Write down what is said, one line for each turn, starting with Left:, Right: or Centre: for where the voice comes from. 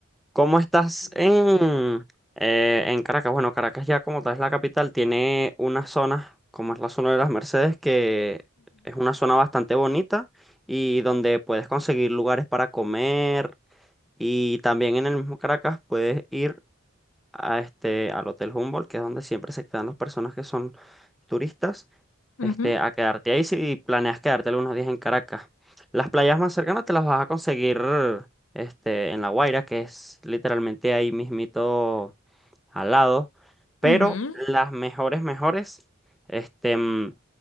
Centre: ¿Cómo estás
Left: Ujú,
Centre: en, eh, en Caracas? Bueno, Caracas ya como tal es la capital, tiene una zona, como es la zona de las Mercedes, que es una zona bastante bonita y donde puedes conseguir lugares para comer y también en el mismo Caracas puedes ir a este, al Hotel Humboldt, que es donde siempre se quedan las personas que son turistas
Left: ujú,
Centre: este, a quedarte ahí si planeas quedarte algunos días en Caracas. Las playas más cercanas te las vas a conseguir este, en La Guaira, que es literalmente ahí mismito al lado, pero
Left: ujú,
Centre: las mejores, mejores este, mm,